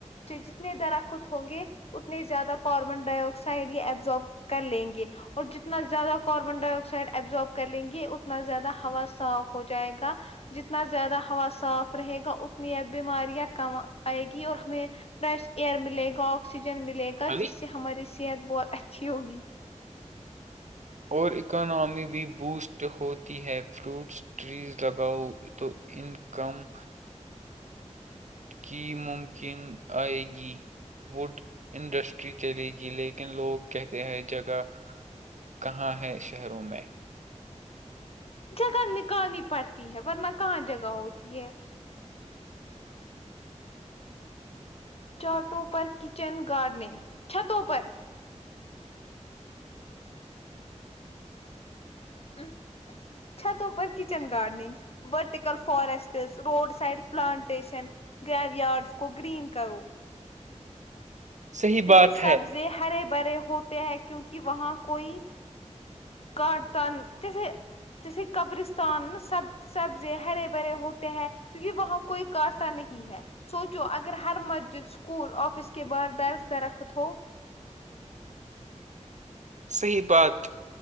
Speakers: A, on the left (about 55°); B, on the right (about 75°).
A: جتنے در آ کو ہوں گے اتنی زیادہ کاربن ڈائی آکسائڈ یہ ابزب کر لیں گے اور جتنا زیادہ کاربن ڈائی آکسائڈ ایبزارب کر لیں گے یہ اتنا زیادہ ہوا صاف ہو جائے گا جتنا زیادہ ہوا صاف رہے گا انا بیماریاں کم آئے گی اور ہمیں فریش ایئر ملے گا آکسیجن ملے گا
B: ابھی
A: جس سے ہماری صحت بہت اچھی ہوگی
B: اور اکاناممی بھی بوسٹ ہوتی ہے فروٹس ٹریز لگاؤ تو ان کم
A: <inaudible>
B: کی ممکن آئے گی وڈ انڈسٹری چلے گی لیکن لوگ کہتے ہیں جگہ کہاں ہے شہروں میں
A: جگہ نکالنی پڑتی ہے ورنہ کہاں جگہ ہوتی ہے چاٹوں پر کچن گارڈننگ چھتوں پر ہاں چھتوں kitchen gardening vertical forests road side plantation graveyards کو گرین کرو
B: صحیح
A: جیسے
B: بات
A: سبزے
B: ہے
A: ہرے بھرے ہوتے ہیں کیونکہ وہاں کوئی گتن جیسے جیسے قبرستان سب سبزے ہرے بھرے ہو ہیں کیونکہ وہاں کوئی کٹتا نہیں ہے سوچو اگر ہر مسجد اسکول آفس کے باہر درخ درخت ہو
B: صحیح بات